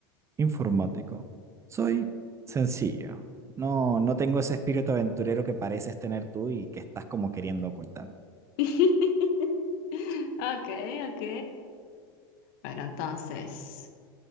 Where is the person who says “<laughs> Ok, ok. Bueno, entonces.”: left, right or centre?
Left